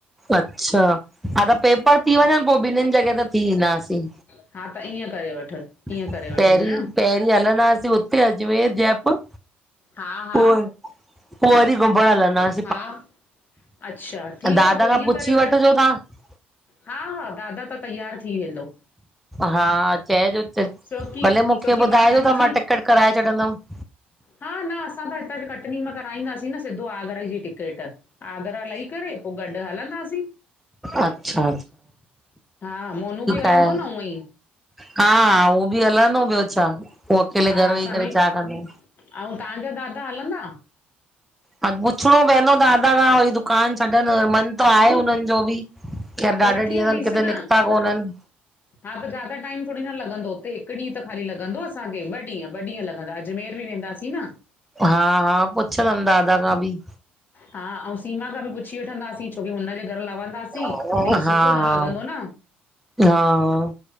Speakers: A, in the centre; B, on the left.
A: अच्छा, हा त पेपर थी वञनि, पोइ ॿिन्हिनि जॻह ता थी ईंदासीं।
B: हा, त ईअं करे वठ। ईअं
A: पहिरीं,
B: करे वठ भेण
A: पहिरीं हलंदासीं हुते अजमेर जयपुर
B: हा हा
A: पो पो, वरी घुमण हलंदास।
B: हा, अच्छा ठीक
A: दादा
B: आ पो
A: खां
B: इअं
A: पुछी
B: करे वठ।
A: वठिजो तव्हां
B: हा हा दादा त तैयारू थी वेंदो।
A: हा, चइजोस
B: छो की
A: भले मूंखे
B: छो
A: ॿुधाइजो,
B: की ॿारनि
A: त
B: जी
A: मां टिकट कराए छॾंदमि।
B: हा, न असां त हितां कटनी मां कराईंदासीं न सिधो आगर गरा जी टिचेट आगरा लई करे पो गॾु हलंदासीं।
A: अचछा‌‌
B: हा, मोनू बि हलंदो
A: आहे
B: न ऊअं ई।
A: हा हा उह बि हलंदो ॿियो छा। उहो अकेले
B: हा
A: घर
B: असांजी
A: वेही करे छा कंदो
B: अऊ तहांजा दादा हलंदा?
A: हा पुछणो पवंदो दादा खां वरी दुकान छॾन मन त आहे हुनन जो बि खैर
B: त
A: ॾाढे
B: वठी
A: ॾींहंनि
B: हलीसि
A: खे
B: न
A: त निकता कोनन
B: हा त ज्यादा टाइम थोड़ी न लॻंदो हुते हिकु ॾींहुं त ख़ाली लॻंदो असांखे ॿ ॾींहं ॿ ॾींहं लॻंदा अॾ अजमेर बि वेंदा सी न
A: हा हा, पुछंदम दादा खां बि
B: हा, अऊ सीमा खां बि पुछी वठंदासीं छोकी हुनजे घर लवं दासी
A: हा
B: त ईंय सुठो
A: हा
B: न लगंदो न
A: हा